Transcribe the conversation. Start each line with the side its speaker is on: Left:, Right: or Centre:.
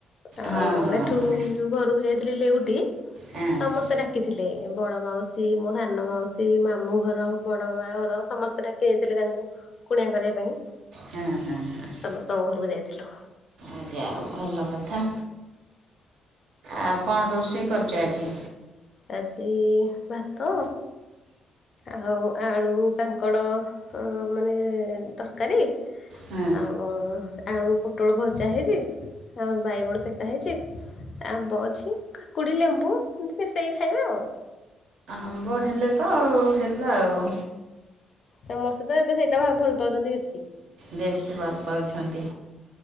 Left: ଆଉ
Right: ହଁ
Left: ଏଠୁ
Right: ହଁ
Left: ଯୋଉ ଘରକୁ ଯାଇଥିଲି ଲେଉଟି
Right: ହଁ
Left: ସମସ୍ତେ ଡାକି ଥିଲେ ବଡ ମାଉସୀ ମେ ସାନ ମାଉସୀ ମାମୁଁ ଘର ବଡ଼ ମାଆ ଘର ସମସ୍ତେ ଡାକି ଯାଇଥିଲେ ତାଙ୍କୁ କୁଣିଆ କରିବା ପାଇଁ।
Right: ହଁ ହଁ ହଁ।
Left: ସମସ୍ତ ଙ୍କ ଘରକୁ ଯାଇଥିଲୁ।
Right: ଆ ଯାଉ ଭଲ କଥା ଆଉ କଣ ରୋଷେଇ କରୁଛୁ ଆଜି?
Left: ଆଜି ଭାତ ଆଉ ଆଳୁ କାଙ୍କଡ଼ ମାନେ ତରକାରୀ
Right: ହଁ
Left: ଆଉ ଆଳୁ ପୋଟଳ ଭଜା ହେଇଛି। ଆଉ ବାଇଗଣ ସେକା ହେଇଛି ଆମ୍ବ ଅଛି କାକୁଡି ଲେମ୍ବୁ ଏମିତି ମିଶେଇକି ଖାଇବେ ଆଉ।
Right: ଆମ୍ବ ହେଲେ ତ ଆଉ ହେଲା ଆଉ।
Left: ସମସ୍ତେ ତ ଏବେ ସେଇଟା ଭା ଭଲ ପାଉଛନ୍ତି ବେଶୀ।
Right: ବେଶୀ ଭଲ ପାଉଛନ୍ତି।